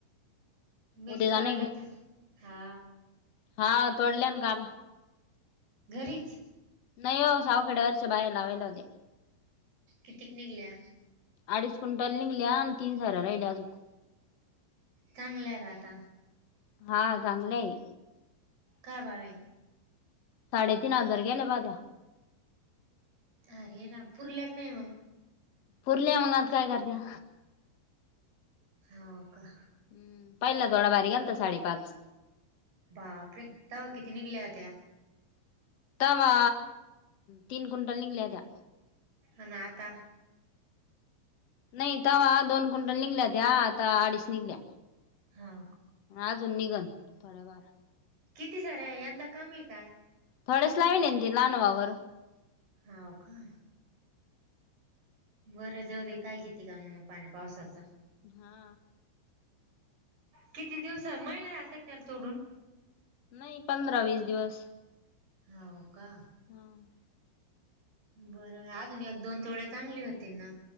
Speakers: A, on the right; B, on the left.
A: मिरची
B: उद्या जाणं
A: तोडीलेचे
B: आहे का मग
A: हा.
B: हा, तोडल्यान काल.
A: घरीच.
B: नाही हो, सावखडे्या वरच्या बाहेर लावयला होत्या.
A: कितीक निघल्या?
B: अडीच क्विंटल निघल्या आणि तीन साऱ्या राहिल्या अजूक.
A: चांगला हाय राता.
B: हा चांगलं आहे.
A: का बावे?
B: साडेतीन हजार गेल्या पाद्या.
A: अरे <unintelligible> ना पुूरल्या की नाही म
B: पुरल्या. मंग आता काय करत्या?
A: हो का.
B: हम्म. पहिला थोडा भारी गेलता, साडेपाच.
A: बाप रे! तवा किती निघल्या होत्या?
B: तवा तीन क्विंटल निगल्या होत्या.
A: आन आता
B: नाही तवा दोन कुंटल निघल्या होत्या, आता अडीच निघल्या.
A: हा.
B: अजून निघलं, थोड्याबार.
A: किती सार, यंदा कमी काय?
B: थोडेस लावीले ती लानवावर.
A: हाव का. बरं जाऊ दे, काय घेती <unintelligible> मग पाणी पावसाचं.
B: हा.
A: किती दिवसा, महिने, झालत एक त्याला तोडून.
B: नाही पंधरा वीस दिवस
A: हा का
B: हम
A: बर अजून एक दोन थोडे चांगले होतील ना